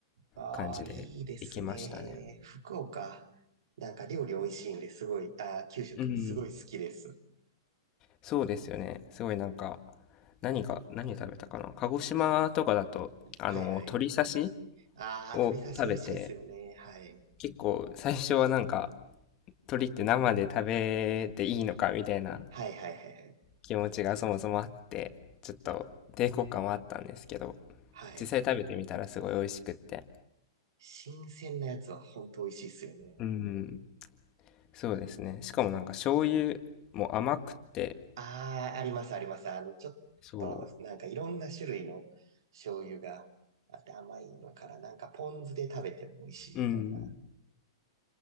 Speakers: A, on the right; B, on the left.
A: ああ、
B: 感じで行きましたね。
A: いいですね。福岡。なんか料理美味しいんですごい、ああ、九州か。
B: うん。
A: すごい好きです。
B: そうですよね。すごいなんか、何か、何食べたかな。鹿児島とかだと、あの、
A: はいはい。
B: 鶏刺し
A: ああ、
B: を食べて、
A: 鶏刺し美味しいっすよね。はい。
B: 結構最初はなんか、鶏って生で食べていいのかみたいな
A: はいはいはいはい。
B: 気持ちがそもそもあって、ちょっと抵抗感はあったんですけど、
A: はい。
B: 実際食べてみたらすごい美味しくって。
A: 新鮮なやつは本当美味しいっすよね。
B: うん、そうですね。しかもなんか醤油も甘くて、
A: ああ、あります、あります。あの、ちょっと、
B: そ
A: なんかいろんな種類の醤油があって甘いのから、なんかポン酢で食べても美味しいみたいな。
B: う、うん、